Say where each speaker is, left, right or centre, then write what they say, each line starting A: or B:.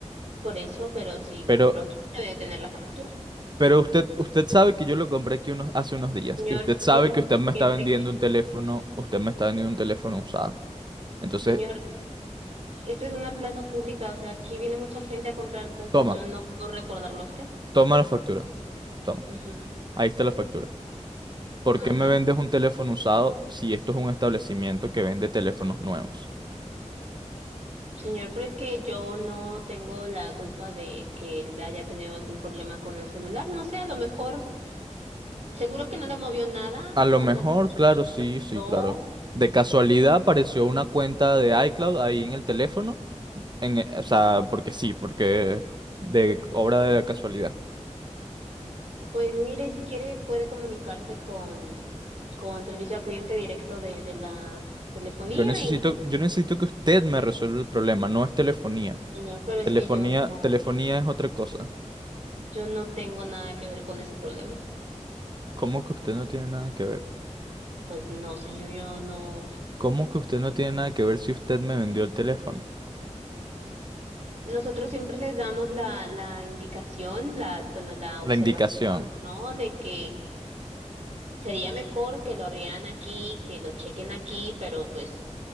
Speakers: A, on the right; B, on the right.
A: Por eso, pero si lo
B: pero,
A: compró aquí, debe de tener la factura.
B: pero usted, usted sabe que yo lo compré aquí unos, hace unos días
A: Señor,
B: y usted sabe
A: viene mucha
B: que usted me está
A: gente
B: vendiendo
A: aquí.
B: un teléfono, usted me está vendiendo un teléfono usado. Entonces,
A: Señor, esto es una plaza pública, o sea, aquí viene mucha gente a comprar cosas.
B: toma,
A: Yo no puedo recordarlo a usted.
B: toma la factura, toma,
A: Ujú,
B: ahí está la factura. ¿Por
A: Ajá.
B: qué me vendes un teléfono usado si esto es un establecimiento que vende teléfonos nuevos?
A: Señor, pero es que yo no tengo la culpa de que él haya tenido algún problema con el celular. No sé, a lo mejor, seguro que no le movió nada,
B: A lo
A: o
B: mejor,
A: sea, no,
B: claro,
A: no lo
B: sí,
A: prestó.
B: sí, claro. De casualidad apareció una cuenta de iCloud ahí en el teléfono, en, eh, o sea, porque sí, porque de obra de la casualidad.
A: Pues mire, si quiere puede comunicarse con, con servicio al cliente directo de, de la telefonía
B: Yo necesito,
A: y,
B: yo necesito que usted me resuelva el problema, no es telefonía.
A: señor, pero es
B: Telefonía,
A: que yo no,
B: telefonía es otra cosa.
A: yo no tengo nada que ver con ese problema.
B: ¿Cómo que usted no tiene nada que ver?
A: Pues no, señor, yo no.
B: ¿Cómo que usted no tiene nada que ver si usted me vendió el teléfono?
A: Nosotros siempre les damos la, la indicación, la, bueno, la observación,
B: La indicación.
A: ¿no? De que Sería mejor que lo abrieran aquí, que lo chequen aquí, pero pues